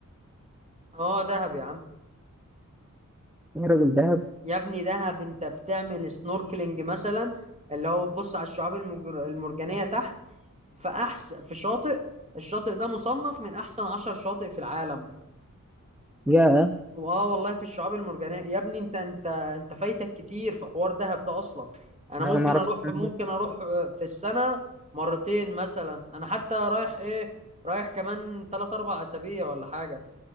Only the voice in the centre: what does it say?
يا راجل دهب
يا
أنا
معرفش
الكلام
ده